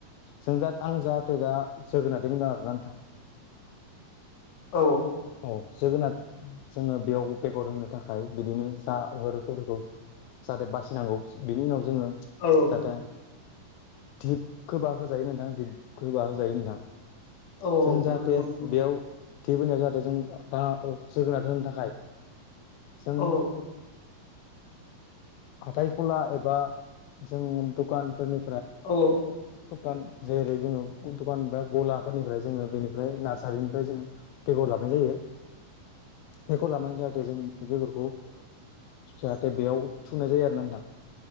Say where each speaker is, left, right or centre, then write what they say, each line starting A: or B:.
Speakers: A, on the left; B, on the left.
A: जों दा आं जा दा जोगोनारमोन आरोना नोंथां।
B: औ।
A: औ जोगोनार जोङो बेयाव बेगर होनो थाखाय बिदिनो जा रोखम रोखोम जाहाथे बासिनांगौ बिनि उनाव जोङो
B: नंगौ
A: जाहाथे दिप खोबा खोजायो नोंथां दिप खोबा खोजायो नोंथां।
B: औ
A: जों जाहाथे
B: औ नंगौ नंगौ
A: बेयाव थैबोनायाव जाहाथे जों राहा जोगोनार होनो थाखाय जों
B: औ
A: हाथाय गला एबा जों दखानफोरनि
B: औ।
A: दखान जेरै जोङो दखान गलाफोरनिफ्राय जोङो बेनिफ्राय नार्सारिनिफ्राय जोङो बेगर लाबोनाय जायो। बेगर लाबानै जाहाथे जों बेगरखौ जाहाथे बेयाव थुनाय जायो आरोना नोंथां।